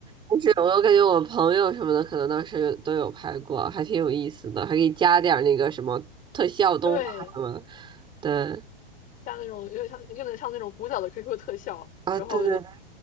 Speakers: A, on the right (about 15°); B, on the left (about 30°).
A: 但是我又感觉我朋友什么的可能当时有都有拍过，还挺有意思的，还可以加点儿那个什么特效动画什么的。
B: 对，
A: 对，
B: 像那种又像又能像那种古早的 QQ 特效，
A: 啊，
B: 然后
A: 对对对，